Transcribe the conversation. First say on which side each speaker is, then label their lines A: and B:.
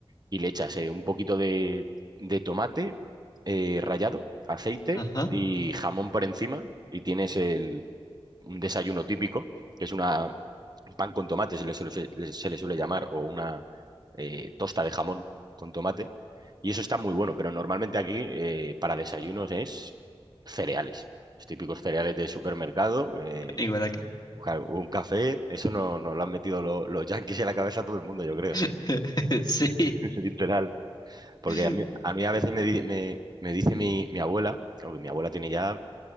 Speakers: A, on the right; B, on the left.
A: y le echas eh, un poquito de, de tomate eh, rallado, aceite
B: ajá,
A: y jamón por encima y tienes el, un desayuno típico que es una pan con tomate, se le suele, se le suele llamar, o una eh, tosta de jamón con tomate. Y eso está muy bueno, pero normalmente aquí eh, para desayunos es cereales, los típicos cereales de supermercado. eh,
B: igual acá.
A: claro, un café, eso no, no lo han metido lo- los yanquis en la cabeza a todo el mundo, yo creo,
B: <laughs> Sí,
A: <laughs> literal. Porque
B: Ujú,
A: a mí a, mí a veces me, di- me, me dice mi, mi abuela, aunque mi abuela tiene ya